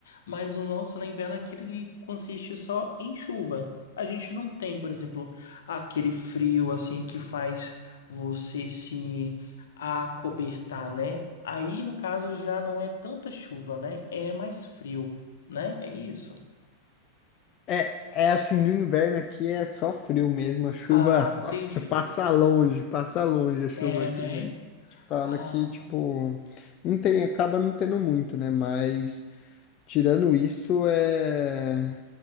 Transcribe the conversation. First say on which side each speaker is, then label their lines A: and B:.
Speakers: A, on the left; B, on the left.
A: mas o nosso na inverno é aquele que consiste só em chuva. A gente não tem, por exemplo, aquele frio assim que faz você se acobertar, né? Aí, no caso, já não é tanta chuva, né? É mais frio, né? É isso.
B: É, é assim, no inverno aqui é só frio mesmo. A chuva,
A: Ah, entendi.
B: nossa, passa longe, passa longe a chuva
A: É,
B: aqui,
A: né?
B: né? Te fala
A: Ah,
B: que, tipo, não tem, acaba não tendo muito, né? Mas Tirando isso, é...